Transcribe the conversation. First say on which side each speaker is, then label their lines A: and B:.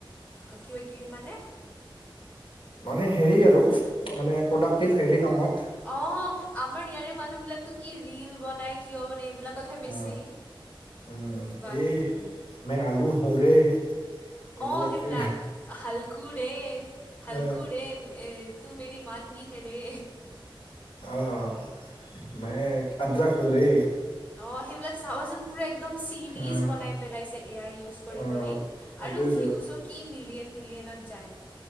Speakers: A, on the left; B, on the left.
A: অ কিবা কিবি মানে?
B: মানে হেৰি আৰু মানে প্ৰডাক্টিভ হেৰি কামত।
A: অঁহ আমাৰ ইয়াৰে মানুহ বিলাকতো কি ৰিল বনাই কিয় বনাই এইবিলা কতহে বেছি
B: অ উম
A: কিবা
B: এই
A: কিবি।
B: মে আলু হোঁ ৰে এইবিলাক
A: অঁ সেইবিলাক
B: কি
A: হালকুৰে হালকুৰে
B: অ
A: এ তু মেৰি মানহি হে ৰে
B: অঁ মে আদৰাক হোঁ ৰে।
A: অ সেইবিলাক চাবাচোন পুৰা একদম চিৰিজ
B: অ
A: বনাই পেলাইছে এ আই ইউজ কৰি
B: অ
A: কৰি।
B: সেইটোৱেতো
A: আৰু ভিউজত কি মিলিয়ন মিলিয়নত যায়।